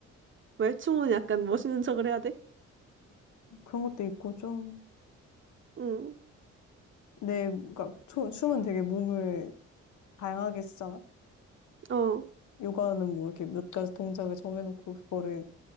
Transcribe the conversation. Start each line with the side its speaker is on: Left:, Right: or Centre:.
Right: 왜? 춤은 약간 멋있는 척을 해야 돼?
Left: 그런 것도 있고 좀
Right: 응,
Left: 내, 그러니까 추- 춤은 되게 몸을 다양하게 쓰잖아.
Right: 어,
Left: 요가는 뭐 이렇게 몇 가지 동작을 정해놓고 그거를